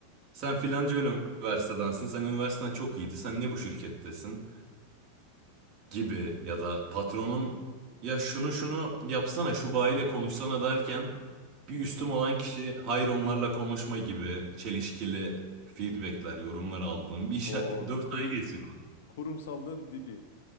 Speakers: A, on the right; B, on the left.
A: sen filanca üniversitedensin. Sen üniversiteden çok iyiydi. Sen niye bu şirkettesin? Gibi ya da patronum ya şunu şunu yapsana şu bayiyle konuşsana derken bir üstüm
B: Hı.
A: olan kişi hayır onlarla konuşma gibi çelişkili feedbackler, yorumlar aldım. Bir şey
B: O
A: <laughs> 4
B: kurum
A: ay geçirdim.
B: Kurumsallığın dibi.